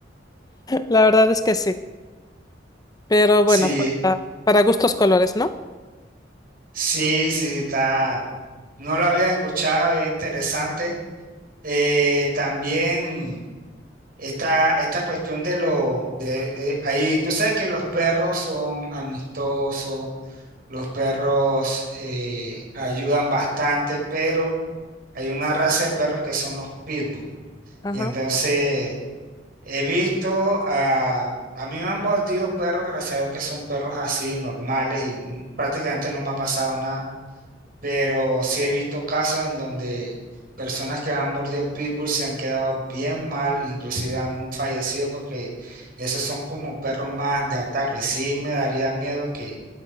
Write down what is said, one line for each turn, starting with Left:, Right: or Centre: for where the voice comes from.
Left: La verdad es que sí, pero bueno,
Right: Sí,
Left: para, para gustos colores, ¿no?
Right: sí, sí, está. No lo había escuchado, es interesante. Eh, también esta, esta cuestión de lo, de, eh, ahí, tú sabes que los perros son amistosos, los perros eh, ayudan bastante, pero hay una raza de perros que son los pitbull.
Left: Ajá.
Right: Y entonces... He visto a... A mí me han mordido perros, gracias a Dios que son perros así, normales, y n- prácticamente no me ha pasado nada. Pero sí he visto casos en donde personas que han mordido pitbull se han quedado bien mal, inclusive han fallecido porque esos son como perros más de ataque. Sí me daría miedo que